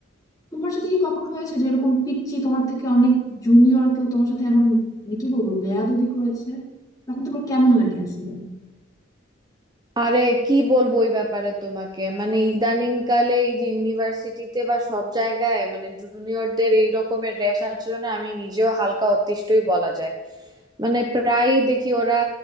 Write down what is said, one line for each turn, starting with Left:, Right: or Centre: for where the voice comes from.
Left: তোমার সাথে কি কখনো হয়েছে যে এরকম পিচ্চি তোমার থেকে অনেক জুনিয়র কেউ তোমার সাথে এমন মানে কি বলবো বেয়াদবি করেছে তখন তোমার কেমন লাগে আসলে
Right: আরে কি বলবো ওই ব্যাপারে তোমাকে মানে ইদানিং কালে এই যে ইউনিভার্সিটিতে বা সব জায়গায় মানে জুনিয়রদের এই রকমের র্যাশ আচরণে আমি নিজেও হালকা অতিষ্ঠই বলা যায় মানে প্রায়ই দেখি ওরা